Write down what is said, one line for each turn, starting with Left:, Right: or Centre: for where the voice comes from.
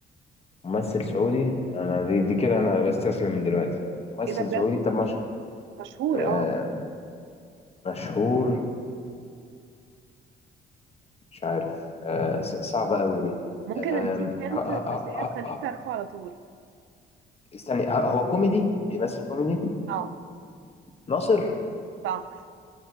Left: ممثل سعودي انا دي, دي كده انا بستسلم من دلوقتي ممثل
Right: ايه ده بجد
Left: سعودي طب مش
Right: مشهور
Left: آه
Right: اه
Left: مشهور مش عارف آه ص- صعبة قوي دي
Right: ممكن
Left: آم،
Right: اديك هنت
Left: ه- ه-
Right: بس هي
Left: ه-
Right: هتخليك
Left: ه-
Right: تعرفه على طول
Left: استني ه- هو كوميدي بيمثل كوميدي
Right: اه
Left: ناصر
Right: صح